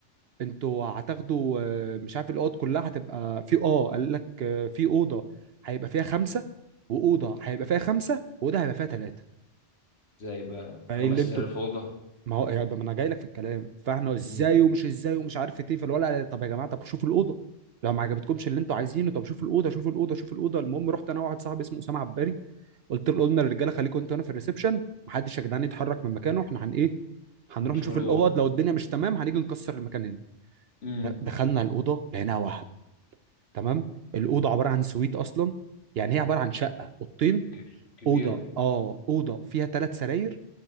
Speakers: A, on the right (about 60°); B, on the left (about 60°).
A: انتوا هتاخدوا آه، مش عارف الاوض كلها هتبقى في اه قال لك آه، في اوضه هيبقى فيها خمسه واوضه هيبقى فيها خمسه واوضه هيبقى فيها ثلاثه
B: ازاي بقى
A: فايه
B: خمس
A: اللي انتوا
B: سرير في أوضة
A: ما هو يا- ده ما انا جاي لك في الكلام فاحنا ازاي
B: امم
A: ومش ازاي ومش عارف ايه فالولا طب يا جماعه طب شوفوا الاوضه لو ما عجبتكمش اللي انتوا عايزينه طب شوفوا الاوضه شوفوا الاوضه شوفوا الاوضه المهم رحت انا وواحد صاحبي اسمه اسامه عباري قلت له قلنا للرجاله خليكم انتوا هنا في الريسبشن محدش يا جدعان يتحرك من مكانه احنا هن ايه هنروح
B: ونشوف
A: نشوف
B: الأوضة
A: الاوض لو الدنيا مش تمام هنيجي نكسر المكان هنا
B: امم
A: دخلنا الاوضه لقيناها وهم تمام الاوضه عباره عن سويت اصلا يعني هي عباره عن شقه اوضتين
B: ك- كبيرة
A: اوضه اه اوضه فيها ثلاث سراير